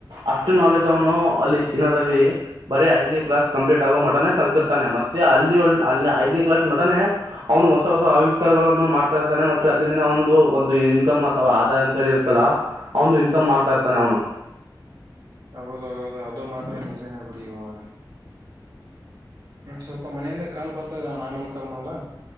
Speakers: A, on the right; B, on the right.
A: ಅಷ್ಟು ನಾಲೆಜ್ ಅವನು ಅಲ್ಲಿ ಚೀನಾದಲ್ಲಿ ಬರೀ ಐದನೇ ಕ್ಲಾಸ್ ಕಂಪ್ಲೀಟ್ ಆಗೋ ಮಟ್ಟನ ಕಲ್ತಿರ್ತಾನೆ ಮತ್ತೆ ಅಲ್ಲಿ ಒ ಅಲ್ಲಿ ಐದನೇ ಕ್ಲಾಸ್ ಮಟನೆ ಅವನು ಹೊಸ ಹೊಸ ಆವಿಸ್ಕಾರಗಳನ್ನು ಮಾಡ್ತಾ ಇರ್ತನೆ ಮತ್ತೆ ಅಲ್ಲಿಂದನ ಒಂದು ಒಂದು <unintelligible> ಅಥವಾ ಆಧಾಯ ಅಂತ ಹೇಳಿ ಇರ್ತಲ್ಲ ಅವನು ಇನ್ಕಮ್ ಮಾಡ್ತಾ ಇರ್ತಾನೆ ಅವನು
B: ಹೌದು ಹೌದು ಅದು ಮಾತ್ರ ನಿಜನ ಬಿಡಿ ಇವಾಗ ಸ್ವಲ್ಪ ಮನೆಯಿಂದ ಕಾಲ್ ಬರ್ತಾದೆ ಅಣ್ಣ ಆಮೇಲೆ ಕಾಲ್ ಮಾಡ್ಲ